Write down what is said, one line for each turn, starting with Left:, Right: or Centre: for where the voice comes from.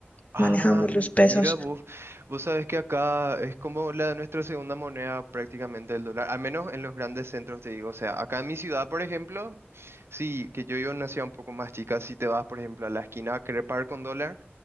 Left: Manejamos
Right: Ah, mi-
Left: los pesos.
Right: mira vos, vos sabés que acá es como la nuestra segunda moneda prácticamente el dólar, al menos en los grandes centros te digo, o sea, acá en mi ciudad, por ejemplo, sí, que yo yo nací un poco más chica, si te vas, por ejemplo, a la esquina a querer pagar con dólar,